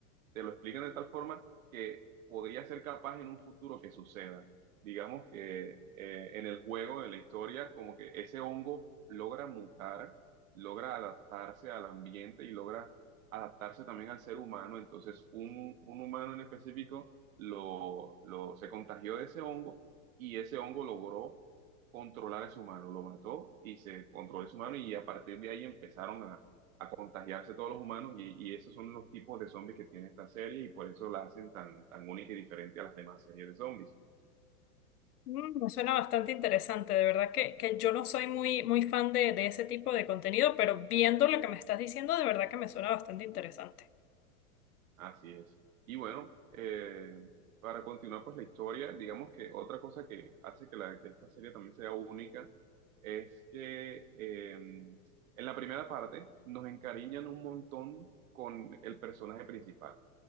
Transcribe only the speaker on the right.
te lo explican de tal forma que podría ser capaz en un futuro que suceda. Digamos que eh, en el juego, en la historia, como que ese hongo logra mutar, logra adaptarse al ambiente y logra adaptarse también al ser humano. Entonces, un, un humano en específico lo, lo, se contagió de ese hongo y ese hongo logró controlar a ese humano, lo mató y se controló ese humano y a partir de ahí empezaron a contagiarse todos los humanos y, y esos son los tipos de zombies que tiene esta serie y por eso la hacen tan, tan única y diferente a las demás series de zombies.
Así es. Y bueno, eh, para continuar pues la historia, digamos que otra cosa que hace que, la, que esta serie también sea única es que eh, en la primera parte nos encariñan un montón con el personaje principal.